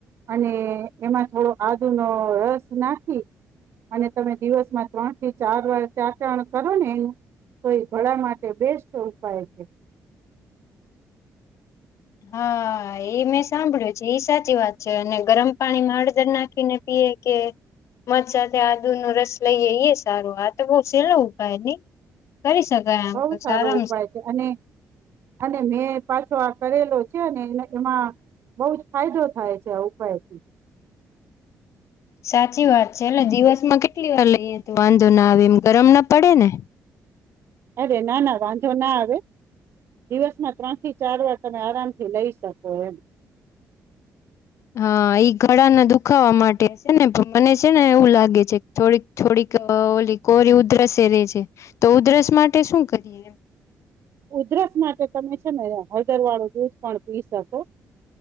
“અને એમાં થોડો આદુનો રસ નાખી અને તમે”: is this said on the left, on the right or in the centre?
Right